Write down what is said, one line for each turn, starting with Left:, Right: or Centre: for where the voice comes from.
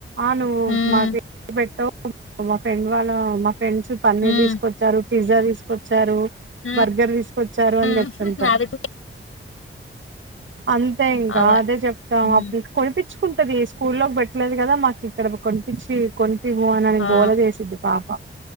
Right: ఆ నువ్వు
Left: హ్మ్
Right: మాకు ఏది పెట్టావ్ మా ఫ్రెండ్ వాళ్ళ మా ఫ్రెండ్స్ పన్నీర్
Left: హ్మ్
Right: తీసుకొచ్చారు పిజ్జా తీసుకొచ్చారు
Left: హ్మ్
Right: బర్గర్ తీసుకొచ్చారు అని
Left: హ్మ్
Right: చెప్తుంటారు
Left: అవి
Right: అంతే ఇంకా
Left: అవ
Right: అదే చెప్తాం
Left: హ్మ్
Right: అప్పుడు కొని కొనిపిచ్చుకుంటది స్కూల్లోకి పెట్టలేదు కదా మాకు ఇక్కడ కొనిపించి కొ ఇంటికి పొనాని
Left: ఆ
Right: గోల చేసిద్ది పాప